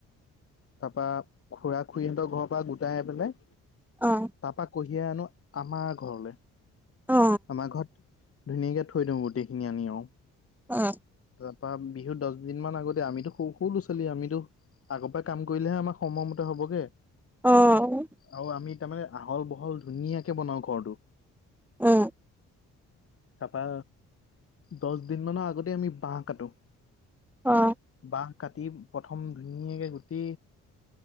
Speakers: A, on the left; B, in the centre.
A: তাৰ পৰাা খুৰা খুৰীহঁতৰ ঘৰৰ পৰা গোটাই আহি পেলাই
B: অ
A: তাৰপা কঢ়িয়াই আনো আমাৰ ঘৰলৈ
B: অ
A: আমাৰ ঘৰত ধুনীয়াকে থৈ দিওঁ গোটেইখিনি আনি আৰু
B: অ
A: তাৰপৰা বিহুৰ দহ দিন মমান আগতে আমিতো স সৰু ল'ৰা ছোৱালী আমিতো আগৰ পৰা কাম কৰিলেহে আমাৰ সময়মতে হ'বগে
B: অ
A: আৰু আমি তাৰমানে আহল বহল ধুনীয়াকে বনাও ঘৰটো
B: অ
A: তাপা দহ দিন মানৰ আগতে আমি বাহ কাটো
B: অ
A: বাহ কাটি প্ৰথম ধুনীয়াকে গুটি